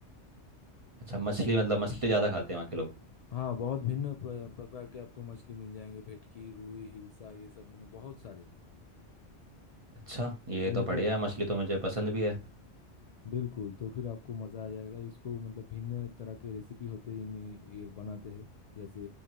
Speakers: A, on the right; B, on the left.
A: अच्छा मछली मतलब मछली ज़्यादा खाते हैं वहाँ के लोग
B: हाँ बहुत भिन्न प्र, प्रकार के आपको मछली मिल जाएंगे भेटकी रुई हिल्सा ये सब मतलब बहुत सारे
A: अच्छा ये
B: और
A: तो
B: इनके
A: बढ़िया है मछली तो मुझे पसंद भी है
B: बिल्कुल तो फिर आपको मज़ा आ जाएगा इसको मतलब भिन्न तरह के रेसिपी होते हैं इन ये बनाते हैं जैसे